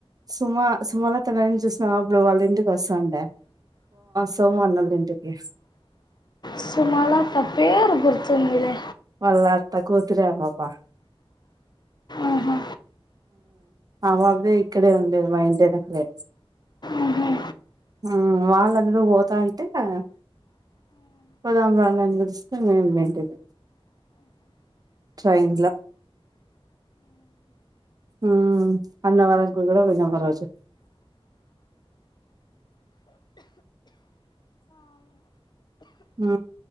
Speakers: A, on the right; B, on the left.
A: సుమా సుమలతని చూసిన అప్పుడు వాళ్ళ ఇంటికి వస్తాండే సుమ అన్నం తింటుంది
B: సుమలత పేరు గుర్తుందిలే
A: వాళ్ల అత్త కూతురే అమ్మమ్మ
B: ఆహా,
A: ఆ బాబ్రే ఇక్కడే ఉండేది మా ఇంటి వెనకే
B: ఆహా.
A: ఆ వాళ్ళ నువ్ పోతాటివి కా పోదాం దా నను పిలిస్తే నేన్ బయంటిని ట్రైన్లా ఊ అన్నవరం కూడా పోయినం ఆ రోజు ఊ